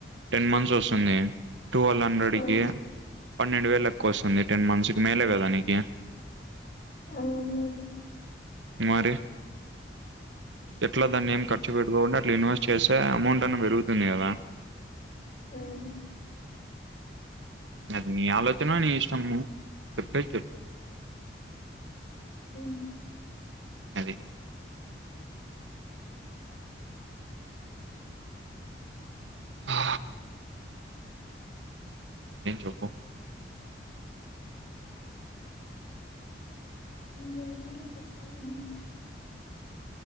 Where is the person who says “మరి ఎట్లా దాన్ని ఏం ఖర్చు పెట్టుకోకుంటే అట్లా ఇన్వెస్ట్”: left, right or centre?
Right